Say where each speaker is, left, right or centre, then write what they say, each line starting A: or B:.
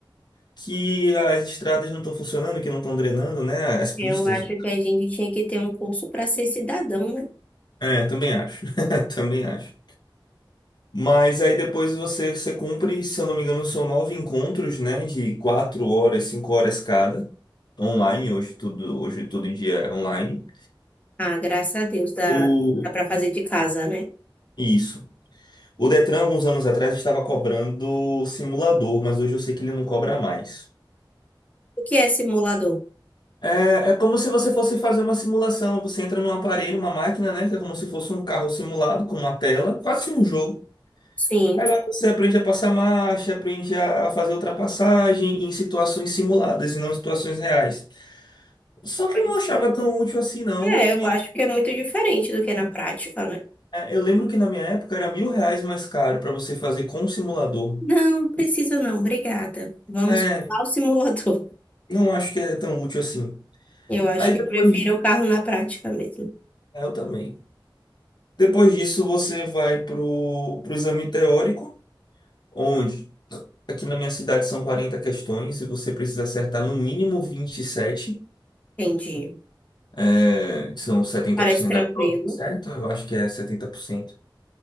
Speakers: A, on the left; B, on the left.
A: que as estradas não estão funcionando, que não estão drenando, né? As pistas.
B: Eu acho que a gente tinha que ter um curso para ser cidadão, né?
A: É, também acho. <laughs> Também acho. Mas aí depois você, você cumpre, se eu não me engano, são nove encontros, né? De quatro horas, cinco horas cada, online, hoje tudo, hoje todo em dia é online.
B: Ah, graças a Deus, dá,
A: O...
B: dá para fazer de casa, né?
A: Isso. O Detran, alguns anos atrás, estava cobrando simulador, mas hoje eu sei que ele não cobra mais.
B: O que é simulador?
A: É, é como se você fosse fazer uma simulação. Você entra num aparelho, uma máquina, né? Que é como se fosse um carro simulado com uma tela. Faz um jogo.
B: Sim,
A: Aí lá você aprende a passar marcha, aprende a a fazer ultrapassagem em situações simuladas e não em situações reais. Só que
B: mas
A: eu não achava tão útil assim, não.
B: é,
A: E
B: eu acho que é muito diferente do que é na prática, né?
A: é, eu lembro que na minha época era mil reais mais caro para você fazer com o simulador.
B: Não, preciso não, obrigada. Vamos
A: É,
B: pular o simulador. <laughs>
A: não acho que é tão útil assim.
B: Eu acho
A: Aí
B: que
A: depois.
B: prefiro
A: de-
B: o carro na prática mesmo.
A: é, eu também. Depois disso, você vai pro, pro exame teórico, onde aqui na minha cidade são 40 questões e você precisa acertar no mínimo 27.
B: Entendi.
A: é, que são 70%
B: Parece tranquilo.
A: da prova, certo? Eu acho que é 70%.